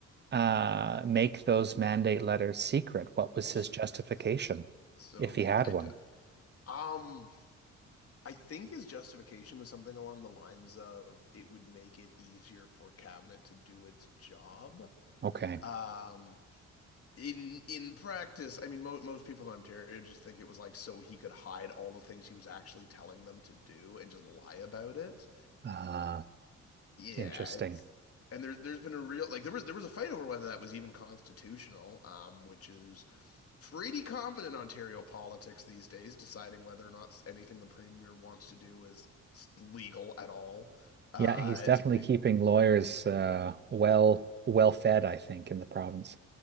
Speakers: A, on the right (about 35°); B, on the left (about 50°).
A: uh, make those mandate letters secret? What was
B: So,
A: his justification,
B: <laughs> so
A: if
B: we,
A: he had
B: I,
A: one?
B: d- um, I think his justification was something along the lines of it would make it easier for cabinet to do its job.
A: Okay.
B: Um, in in practice, I mean, mo most people in Ontario just think it was like so he could hide all the things he was actually telling them to do and just lie about it.
A: Uh,
B: Yeah,
A: interesting.
B: it's.
A: <laughs>
B: And there, there's been a real like there was there was a fight over whether that was even constitutional, um, which is pretty common in Ontario politics these days, deciding whether or not anything the premier wants to do is legal at all. Uh,
A: Yeah, he's definitely
B: it's be-
A: keeping lawyers uh, well well fed, I think, in the province.